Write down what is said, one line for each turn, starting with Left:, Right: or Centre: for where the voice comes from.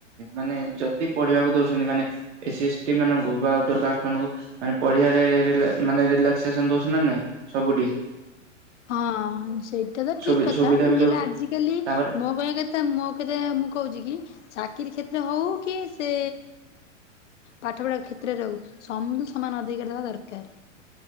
Right: ମାନେ ଯଦି ପଢିବାକୁ ଦଉଛନ୍ତି ମାନେ ଏସି ଏସ୍ ଟି ମାନଙ୍କୁ ବା ଅଦର କାଷ୍ଟମାନଙ୍କୁ ମାନେ ପଢିବାରେ ରିଲାକସେସନ ଦଉଛନ୍ତି ନା ନାଇଁ ସବୁଠି।
Left: ହଁ। ହଁ ସେଇଟା ତ ଠିକ
Right: ସୁବି
Left: କଥା
Right: ସୁବିଧା ବି
Left: ହେଲେ
Right: ଦଉଛି
Left: ଆଜିକାଲି
Right: ତାପରେ
Left: ମୋ କହିବା କଥା ମୋ କଥା ମୁଁ କହୁଛି କି <inaudible> ଚାକିରି କ୍ଷେତ୍ର ହେଉ କି ସେ ପାଠପଢ଼ା କ୍ଷେତ୍ରରେ ହେଉ ସମୁ ସମାନ ଅଧିକ ଦବା ଦରକାର